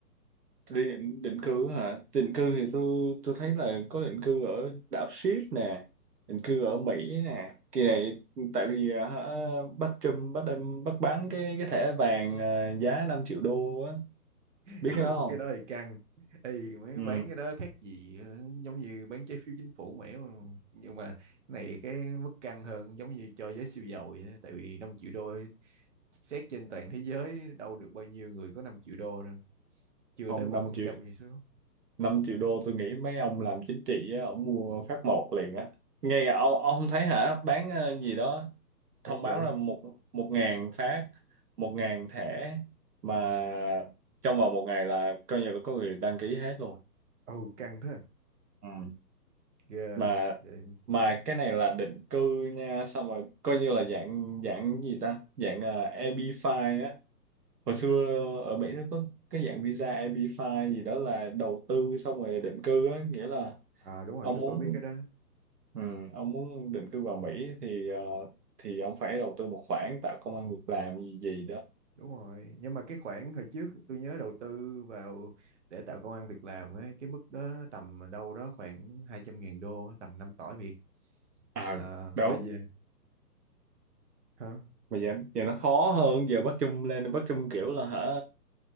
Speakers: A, on the right; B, on the right.
A: đi định, định cư á hả? Định cư thì tôi tôi thấy là có định cư ở đảo Ship nè, định cư ở Mỹ nè. Kỳ này tại vì à, hả, bắt Trump bắt đem bắt bán cái cái thẻ vàng à, giá 5 triệu đô á,
B: <laughs>
A: biết cái
B: Ừ,
A: đó không?
B: cái đó thì căng. Ê, mấy
A: Ừ,
B: bán cái đó khác gì ờ, giống như bán trái phiếu chính phủ mẻo nhưng mà cái này cái mức căng hơn giống như cho giới siêu giàu vậy á. tại vì năm triệu đô xét trên toàn thế giới đâu được bao nhiêu người có 5 triệu đô đâu chưa
A: không
B: tới một
A: 5
B: phần
A: triệu
B: trăm gì số
A: 5 triệu đô tôi nghĩ mấy ông làm chính trị á, ông mua phát một liền á nghe cả ông, ông không thấy hả bán ờ, gì đó thông
B: bán chổi
A: báo là một một ngàn phát một ngàn thẻ mà trong vòng một ngày là coi như là có người đăng ký hết luôn
B: ừ căng thế à?
A: ừ.
B: ghê
A: mà
B: vậy
A: mà cái này là định cư nha xong rồi coi như là dạng dạng gì ta dạng uh, EB-5 á hồi xưa ở Mỹ nó có cái dạng visa EB-5 gì đó là đầu tư xong rồi định cư á nghĩa là
B: à đúng rồi
A: ông
B: tôi
A: muốn
B: có biết cái đó
A: Ừ, ông muốn định cư vào Mỹ thì ờ, thì ông phải đầu tư một khoản tạo công ăn việc làm gì gì đó.
B: đúng rồi nhưng mà cái khoản hồi trước tôi nhớ đầu tư vào để tạo công ăn việc làm ấy cái mức đó nó tầm đâu đó khoảng hai trăm ngàn đô tầm 5 tỏi Việt
A: À,
B: à,
A: đúng.
B: mà gì hả
A: Mà giờ, giờ nó khó hơn, giờ Bắc Trung lên Bắc Trung kiểu là hả